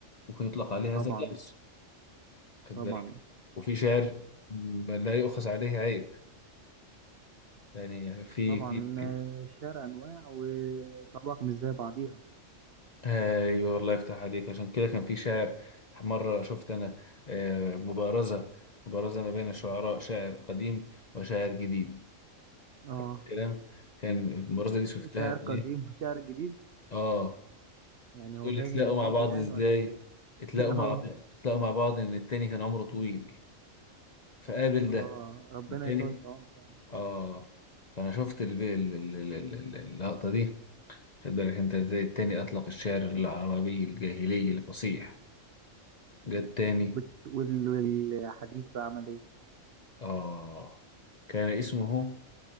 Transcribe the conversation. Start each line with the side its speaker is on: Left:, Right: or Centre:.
Left: ممكن يطلق عليه
Right: طبعا
Left: هذا اللفظ واخد
Right: طبعا
Left: بالك وفي شعر م- لا يؤخذ عليه عيب يعني في
Right: طبعا
Left: في في-
Right: آه، الشعر أنواع وطبق مش زي بعضيها
Left: ايوه الله يفتح عليك عشان كده كان في شاعر مره شفت انا آه، مبارزه مبارزه ما بين شعراء شاعر قديم وشاعر جديد
Right: اه
Left: الكلام كان المرازة دي شفتها
Right: <laughs> شعر
Left: في
Right: قديم
Left: ايه
Right: وشعر جديد
Left: اه
Right: يعني
Left: تقول
Right: هو جاي
Left: اتلاقوا
Right: من الماضي
Left: مع بعض
Right: يعني
Left: ازاي
Right: ولا ايه
Left: اتلاقوا
Right: <laughs> اه
Left: مع بعض اتلاقوا مع بعض ان التاني كان عمره طويل فقابل
Right: اه
Left: ده
Right: ربنا
Left: التاني
Right: يطول في عمره
Left: اه فانا شفت ال- ال- ال- ال- ال- ال- اللقطة دي خد بالك انت ازاي التاني اطلق الشعر العربي الجاهلي الفصيح جه التاني
Right: والت- وال- والحديث بقى عمل ايه
Left: اه كان اسمه